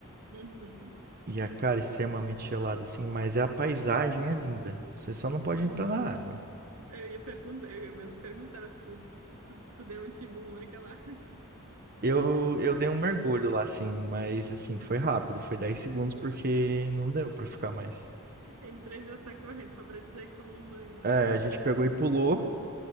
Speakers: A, on the right; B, on the right.
A: Uhum,
B: E a cara é extremamente gelada, assim, mas a paisagem é linda. Você só não pode
A: uhum.
B: entrar na água.
A: Eu ia perguntar, eu ia mesmo perguntar se tu, se tu deu um tibum naquela. <laughs>
B: Eu, eu dei um mergulho lá, assim, mas assim, foi rápido, foi 10 segundos porque não deu pra ficar mais.
A: entre já essa corrente, só pra dizer que tomou um banho lá.
B: É, a gente pegou e pulou.